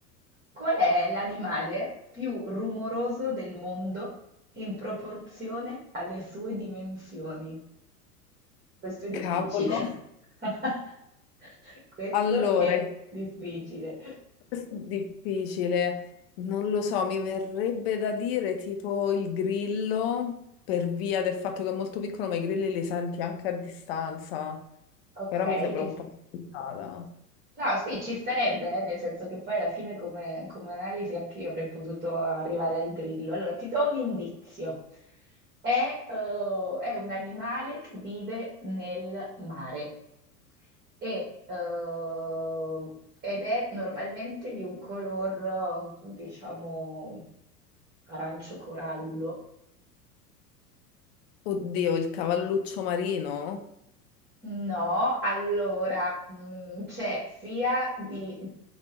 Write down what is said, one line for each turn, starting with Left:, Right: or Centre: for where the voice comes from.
Right: Qual è l'animale più rumoroso del mondo in proporzione alle sue dimensioni? Questo è difficile.
Left: Cavolo.
Right: <laughs> Questo
Left: Allora,
Right: è
Left: il-
Right: difficile.
Left: questo è difficile, non lo so, mi verrebbe da dire tipo il grillo, per via del fatto che è molto piccolo, ma i grilli li senti anche a distanza,
Right: Ok,
Left: però mi sembra
Right: che
Left: un po' complicata.
Right: No, sì, ci starebbe, eh, nel senso che poi alla fine come, come analisi anche io avrei potuto arrivare al grillo. Allora, ti do un indizio. È, eh, è un animale che vive nel mare e, eh, ed è normalmente di un color, eh, diciamo, arancio corallo.
Left: Oddio, il cavalluccio marino?
Right: No, allora, mm, c'è sia di,